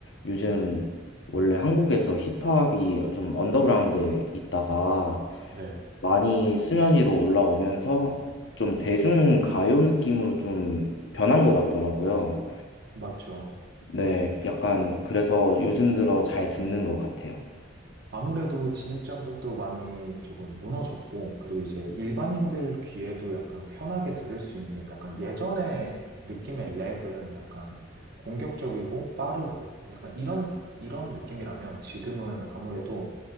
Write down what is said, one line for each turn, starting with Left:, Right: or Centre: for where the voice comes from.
Left: 요즘
Right: 네,
Left: 원래 한국에서 힙합이 좀 언더그라운드에 있다가
Right: 네,
Left: 많이 수면 위로 올라오면서 좀 대중 가요 느낌으로 좀 변한 것 같더라고요.
Right: 맞죠.
Left: 네, 약간 그래서 요즘 들어 잘 듣는 것 같아요.
Right: 아무래도 진입장벽도 많이 조금 무너졌고, 그리고 이제 일반인들 귀에도 약간 편하게 들을 수 있는 약간 예전의 느낌의 랩은 약간 공격적이고 빠르고 약간 이런, 이런 느낌이라면 지금은 아무래도